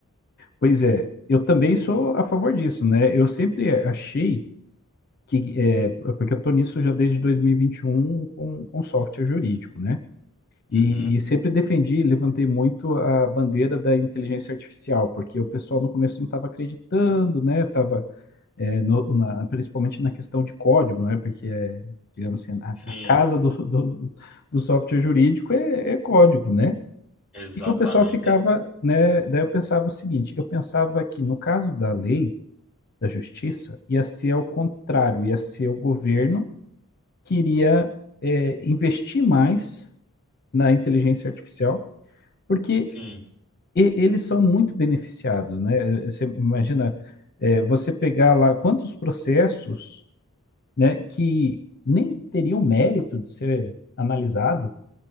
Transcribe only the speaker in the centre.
Uhum.
Sim,
exatamente.
Sim,